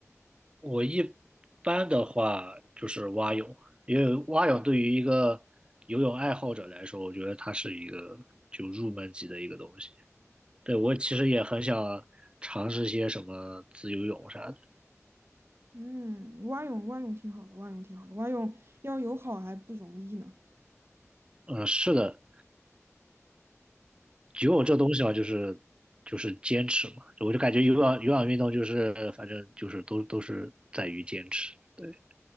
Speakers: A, on the right (about 20°); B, on the right (about 50°).
A: 我一般的话就是蛙泳，因为蛙泳对于一个游泳爱好者来说，我觉得它是一个就入门级的一个东西。对，我其实也很想尝试些什么自由泳啥的。
B: 嗯，蛙泳蛙泳挺好的，蛙泳挺好的，蛙泳要游好还不容易呢。
A: 嗯，是的，游泳这东西嘛，就是就是坚持嘛，就我就感觉有氧有氧运动就是反正就是都都是在于坚持。对，